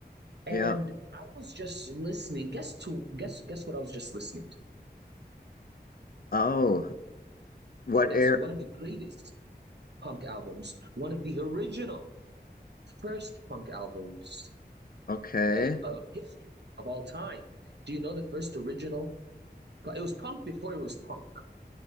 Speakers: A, on the right (about 80°); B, on the left (about 60°).
A: And
B: Yeah.
A: I was just listening. Guess to guess guess what I was just listening to.
B: Oh, what air?
A: Yes, one of the greatest punk albums, one of the original first punk albums
B: Okay.
A: uh, of history of all time. Do you know the first original? It was punk before it was punk.